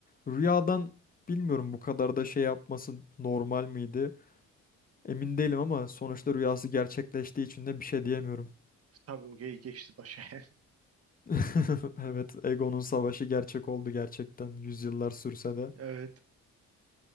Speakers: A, on the left; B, on the right.
A: rüyadan bilmiyorum bu kadar da şey yapması normal miydi? Emin değilim ama sonuçta rüyası gerçekleştiği için de bir şey diyemiyorum.
B: Tabii okey geçti başa. <laughs>
A: <laughs> Evet, Egon'un savaşı gerçek oldu gerçekten yüzyıllar sürse de.
B: Evet.